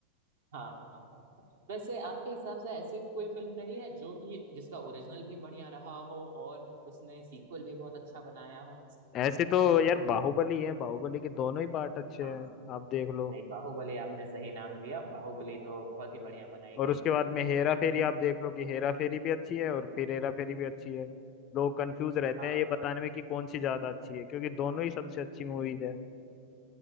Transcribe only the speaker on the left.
ऐसे तो यार बाहुबली है बाहुबली के दोनों ही पार्ट अच्छे
हैं आप देख लो
और
उसके
बाद में हेरा फेरी आप देख लो कि हेरा फेरी भी अच्छी है और फिर हेरा फेरी भी अच्छी है लोग कंफ्यूज रहते
हैं ये बताने में कि कौन सी ज्यादा अच्छी है क्योंकि दोनों ही सबसे अच्छी मूवीज है